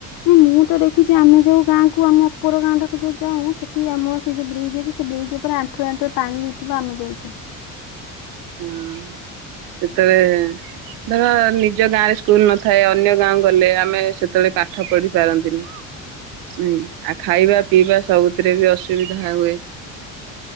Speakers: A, on the left (about 70°); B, on the right (about 80°).
A: ନାଇଁ, ମୁଁ ତ ଦେଖିଚି ଆମେ ଯେଉଁ ଗାଁକୁ ଆମ ଉପର ଗାଁଟାକୁ ଯୋଉଁ ଯାଉଁ ସେଠି ଆମ ସେ ଯୋଉଁ ବ୍ରିଜ୍ ଅଛି ସେ ବ୍ରିଜ୍ ଉପରେ ଆଣ୍ଠୁ ଆଣ୍ଠୁଏ ଆଣ୍ଠୁଏ ପାଣି ହେଇଥିବ ଆମେ ଯାଇଚୁ।
B: ହୁଁ ସେତେଳେ ଧର ନିଜ ଗାଁ ରେ ସ୍କୁଲୁ ନଥାଏ ଅନ୍ୟ ଗାଁ ଗଲେ ଆମେ ସେତେବେଳେ ପାଠ ପଢି ପାରନ୍ତିନି। ହୁଁ ଆଉ ଖାଇବା ପିଇବା ସବୁଥିରେ ବି ଅସୁବିଧା ହୁଏ।